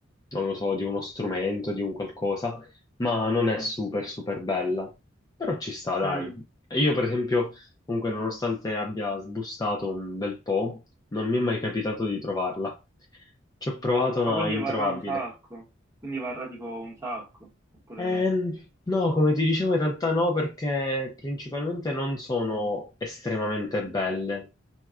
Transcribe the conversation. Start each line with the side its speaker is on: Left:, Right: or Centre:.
Left: non lo so, di uno strumento, di un qualcosa, ma non è super, super bella. Però ci sta, dai.
Right: mm.
Left: E Io, per esempio, comunque, nonostante abbia sbustato un bel po', non mi è mai capitato di trovarla. Ci ho provato,
Right: Ma
Left: ma
Right: quindi
Left: è introvabile.
Right: varrà un sacco? Quindi varrà tipo un sacco, oppure
Left: Ehm,
Right: no?
Left: no, come ti dicevo, in realtà no, perché principalmente non sono estremamente belle.